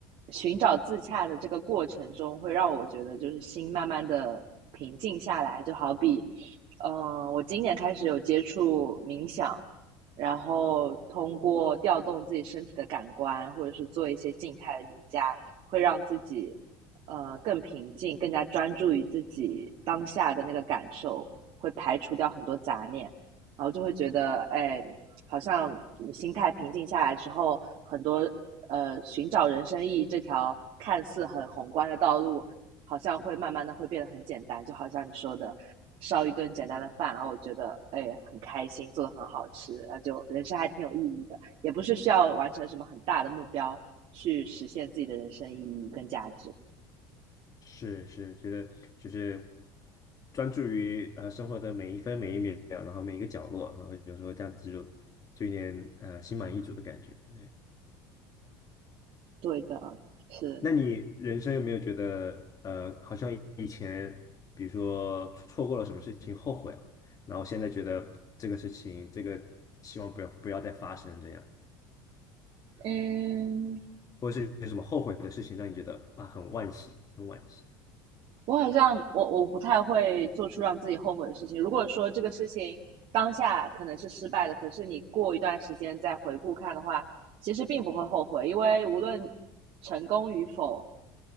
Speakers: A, on the right; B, on the left.
A: 寻找自洽的这个过程中，会让我觉得就是心慢慢的平静下来。就好比，嗯、呃我今年开始有接触冥想，然后通过调动自己身体的感官，或者是做一些静态的瑜伽，会让自己呃更平静，更加专注于自己当下的那个感受，会排除掉很多杂念。然后就会觉得，哎，好像你心态平静下来之后，很多呃寻找人生意义这条看似很宏观的道路，好像会慢慢的会变得很简单，就好像你说的。烧一顿简单的饭，然后我觉得哎很开心，做的很好吃，那就人生还挺有意义的，也不是需要完成什么很大的目标去实现自己的人生意义跟价值。
B: 是是，觉得就是专注于呃生活的每一分每一秒，然后每一个角落，然后有时候这样子就就有点呃心满意足的感觉。对，
A: 对的，是，
B: 那你人生有没有觉得呃好像以前比如说错过了什么事情后悔了，然后现在觉得这个事情这个希望不要不要再发生这样，
A: 嗯，
B: 或者是有什么后悔的事情让你觉得啊很惋惜，很惋惜。
A: 我好像我我不太会做出让自己后悔的事情。如果说这个事情当下可能是失败的，可是你过一段时间再回顾看的话，其实并不会后悔，因为无论成功与否，